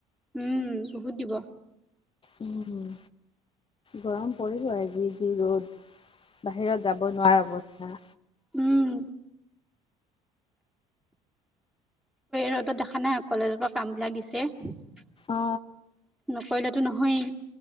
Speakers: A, in the centre; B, on the left.
A: উম বহুত দিব।
B: উম হম। গৰম পৰিব এ জি জি ৰ'দ, বাহিৰত যাব নোৱাৰা অৱস্থা।
A: উম। ৰদত দেখা নাই কলেজৰ পৰা কাম বিলাক দিছে। নকৰিলেতো
B: অ
A: নহয়েই।